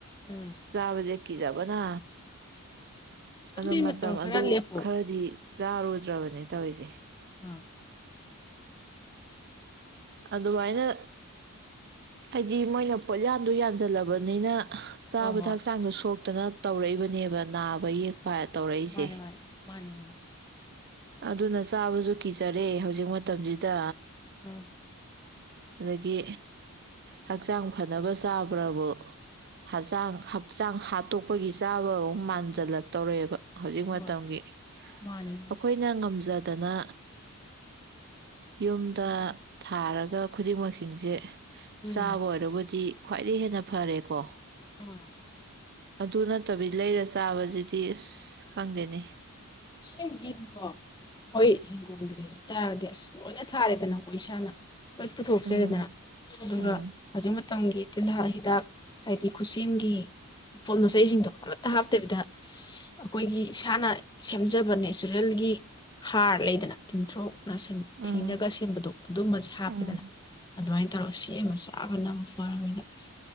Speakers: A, on the left; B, on the right.
A: ꯎꯝ
B: ꯆꯥꯕꯖꯦ ꯀꯤꯖꯕꯅ
A: ꯑꯗꯨꯗꯤ
B: ꯑ ꯃꯇꯝ
A: ꯈꯔ
B: ꯑꯗꯨ
A: ꯂꯦꯞꯄꯣ
B: ꯈꯔꯗꯤ ꯆꯥꯔꯨꯗ꯭ꯔꯕꯅꯦ ꯇꯧꯔꯤꯁꯦ
A: ꯑ
B: ꯑꯗꯨꯃꯥꯏꯅ ꯍꯥꯏꯗꯤ ꯃꯣꯏꯅ ꯄꯣꯠꯌꯥꯟꯗꯨ ꯌꯥꯟꯁꯤꯜꯂꯕꯅꯤꯅ ꯆꯥꯕꯗ
A: ꯍꯣꯏ ꯍꯣꯏ
B: ꯍꯛꯆꯥꯡꯗꯣ ꯁꯣꯛꯄ ꯐꯖꯅ ꯇꯧꯔꯛꯏꯕꯅꯦꯕ ꯅꯥꯕ ꯌꯦꯛ ꯄ ꯇꯧꯔꯛꯏꯁꯦ
A: ꯃꯥꯅꯦ ꯃꯥꯅꯦ ꯃꯥꯅꯦ ꯃꯥꯅꯦ
B: ꯑꯗꯨꯅ ꯆꯥꯕꯁꯨ ꯀꯤꯖꯔꯦ ꯍꯧꯖꯤꯛ ꯃꯇꯝꯁꯤꯗ
A: ꯎꯝ
B: ꯑꯗꯒꯤ ꯍꯛꯆꯥꯡ ꯐꯅꯕ ꯆꯥꯕ꯭ꯔꯕꯨ ꯍꯛꯆꯥꯡ ꯍꯛꯆꯥꯡ ꯍꯥꯠꯇꯣꯛꯄꯒꯤ ꯆꯥꯕ ꯃꯥꯟꯖꯜꯂꯛꯇꯧꯔꯛꯦꯕ ꯍꯧꯖꯤꯛ ꯃꯇꯝꯒꯤ
A: ꯍꯣꯏ ꯃꯥꯅꯦ ꯃꯥꯅꯦ
B: ꯑꯩꯈꯣꯏꯅ ꯉꯝꯖ ꯗꯅ ꯌꯨꯝꯗ ꯊꯥꯔꯒ ꯈꯨꯗꯤꯡꯃꯛꯁꯤꯡꯁꯦ
A: ꯎꯝ
B: ꯆꯥꯕ ꯑꯣꯏꯔꯕꯨꯗꯤ ꯈ꯭ꯋꯥꯏꯗꯒꯤ ꯍꯦꯟꯅ ꯐꯔꯦꯀꯣ
A: ꯑꯥ
B: ꯑꯗꯨ ꯅꯠꯇꯕꯤ ꯂꯩꯔ ꯆꯥꯕꯁꯤꯗꯤ ꯑꯁ ꯈꯪꯗꯦꯅꯤ
A: ꯑꯁꯦꯡꯕꯒꯤꯗꯤꯀꯣ ꯑꯩꯈꯣꯏ ꯍꯤꯡꯒꯣꯜꯗ ꯂꯩꯖ ꯇꯥꯔꯗꯤ ꯑꯁ ꯂꯣꯏꯅ ꯊꯥꯔꯦꯗꯅꯀꯣ ꯏꯁꯥꯅ ꯀ ꯄꯨꯊꯣꯛꯆꯔꯦꯗꯅ
B: ꯎꯝ
A: ꯑꯗꯨꯒ
B: ꯎꯝ
A: ꯍꯧꯖꯤꯛ ꯇꯝꯒꯤ ꯇꯤꯜꯍꯥ ꯍꯤꯗꯥꯛ ꯍꯥꯏꯗꯤ ꯈꯨꯠꯁꯦꯝꯒꯤ ꯃꯄꯣꯠ ꯃꯆꯩꯁꯤꯡꯗꯣ ꯑꯃꯠꯇ ꯍꯥꯞꯇꯕꯤꯗ ꯑꯩꯈꯣꯏꯒꯤ ꯏꯁꯥꯅ ꯁꯦꯝꯖꯕ ꯅꯦꯆꯔꯦꯜꯒꯤ ꯍꯥꯔ ꯂꯩꯗꯅ ꯇꯤꯟꯊ꯭ꯔꯣꯛ ꯔꯁꯟ
B: ꯎꯝ
A: ꯊꯤꯅꯒ ꯁꯦꯝꯕꯗꯣ ꯑꯗꯨꯝꯕꯁꯦ ꯍꯥꯞꯄꯦꯗꯅ
B: ꯎꯝ
A: ꯑꯗꯨꯃꯥꯏꯅ ꯇꯧꯔꯒ ꯆꯦ ꯑꯃ ꯆꯥꯕꯅꯕ ꯐꯔꯕꯝꯅꯤꯅ ꯑꯁ